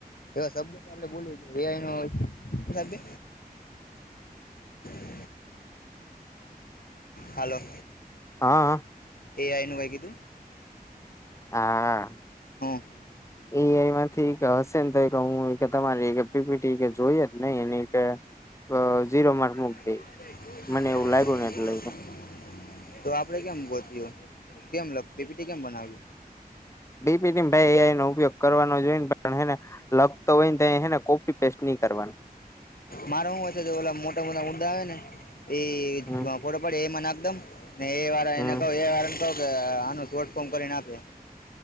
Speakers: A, on the left (about 65°); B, on the left (about 20°).
A: એવા શબ્દ આપડે બોલી <unintelligible> હાલો
B: હા,
A: એ આઈનું કઈ કીધું?
B: હા,
A: <unintelligible>
B: એઆઈ માંથી હશે ને તો હું તમારી પીપીટી કે જોઈએ જ ને એની કેીરો માર્ક મૂક
A: <unintelligible>
B: દે મને એવું લાગ્યું ને એટલે
A: તો આપડે કેમ ગોત્યો કેમ લખતીપીટી કેમ બનાવી
B: બી પી ભાઈનો ઉપયોગ કરવાનો જો હને લખતો હોય ને તોને કોપી પેસ્ટ નહી કરવાની
A: મારો હું હોય છે તો ઓલા મોટા મોટા ડદા આવે ને એ
B: હમ
A: ફોટો પડે એમાં નાખ દમ ને એ વાળા
B: હમ
A: એને કહો એ વાળ ને કહ કે આનું શોટ ફોર્મ કરી નાખે